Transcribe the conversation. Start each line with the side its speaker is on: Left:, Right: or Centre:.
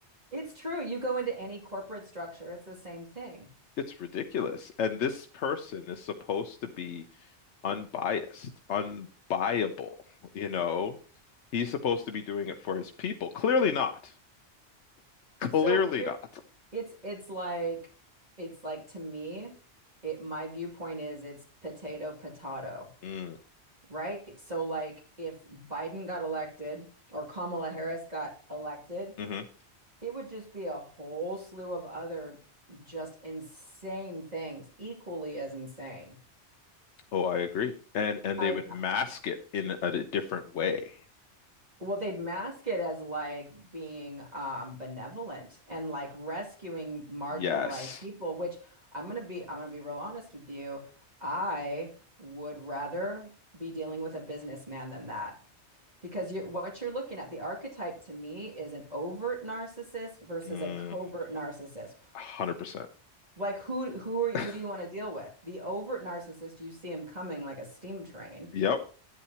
Right: It's true. You go into any corporate structure, it's the same thing.
Left: It's ridiculous. And this person is supposed to be unbiased, unbuyable, you know? He's supposed to be doing it for his people. Clearly not. Clearly
Right: So here
Left: not.
Right: it's it's like it's like to me, it my viewpoint is it's potato potato,
Left: Mm,
Right: right? So like if Biden got elected or Kamala Harris got elected,
Left: mhm.
Right: it would just be a whole slew of other just insane things, equally as insane.
Left: Oh, I agree. And and
Right: I
Left: they would mask it in a, a different way.
Right: Well, they'd mask it as like being um, benevolent and like rescuing marginalized
Left: Yes.
Right: people, which I'm gonna be I'm gonna be real honest with you. I would rather be dealing with a businessman than that. Because you're, what you're looking at, the archetype to me is an overt narcissist versus
Left: Mm,
Right: a covert
Left: 100%.
Right: narcissist. Like who who are you,
Left: <laughs>
Right: who do you want to deal with? The overt narcissist, you see him coming like a steam train.
Left: Yep.